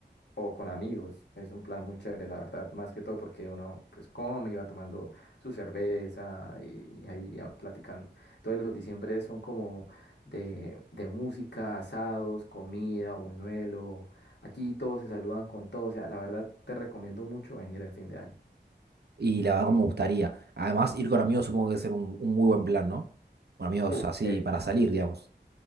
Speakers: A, on the left; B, on the right.
A: o con amigos, es un plan muy chévere, la verdad, más que todo porque uno pues come y va tomando su cerveza y, y ahí va platicando. Entonces los diciembre son como de, de música, asados, comida, buñuelo, aquí todos se saludan con todos, o sea, la verdad te recomiendo mucho venir el fin de año.
B: Y la verdad me gustaría. Además, ir con amigos supongo que es ser un, un muy buen plan, ¿no? Con amigos
A: Uf,
B: así
A: ex-
B: para salir, digamos.